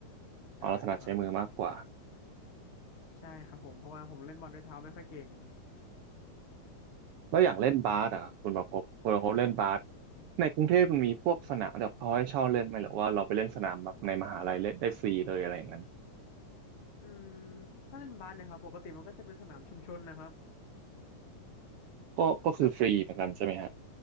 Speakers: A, on the left; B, on the right.
A: ใช่ครับ
B: อ๋อเราถนัดใช้มือมากกว่า
A: ใช่ครับผมเพราะว่าผมเล่นบอลด้วยเท้าไม่ค่อยเก่ง
B: แล้วอย่างเล่นบาสอ่ะคุณประภพบคุณประพบเล่นบาสในกรุงเทพมันมีพวกสนามแบบเขาให้เช่าเล่นไหมหรือว่าเราไปเล่นสนามแบบในมหาลัยเล่นได้ฟรีเลยอะไรอย่างนั้น
A: อืมถ้าเล่นบาสเนี่ยครับปกติมันก็จะเป็นสนามชุมชนนะครับ
B: ก็ก็คือฟรีเหมือนกันใช่ไหมฮะ
A: แบบ